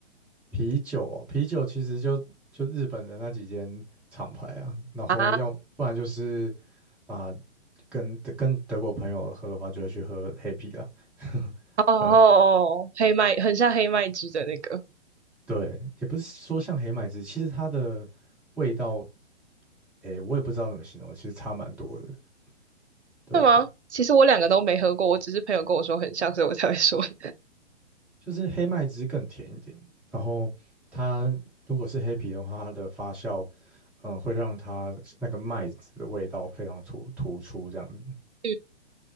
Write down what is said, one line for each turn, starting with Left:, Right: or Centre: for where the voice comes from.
Centre: 啤酒哦，啤酒其实就就日本的那几间厂牌啊，然后要不然就是
Right: 啊？
Centre: 啊、跟跟德国朋友喝的话，就会去喝黑啤了。<laughs>
Right: 哦，哦
Centre: 对
Right: 哦，黑麦，很像黑麦汁的那个，
Centre: 对，也不是说像黑麦汁，其实它的味道，诶，我也不知道怎么形容，其实差蛮多的。对，
Right: 是吗？其实我两个都没喝过，我只是朋友跟我说很像，所以我才会说的。<laughs>
Centre: 就是黑麦汁更甜一点，然后它如果是黑啤的话，它的发酵，嗯、会让它那个麦子的味道非常突突出这样子。
Right: 嗯，